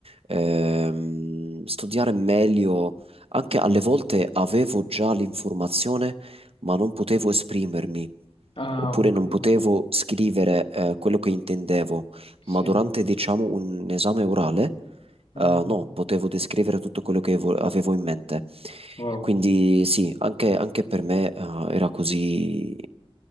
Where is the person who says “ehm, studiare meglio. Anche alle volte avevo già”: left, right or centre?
Right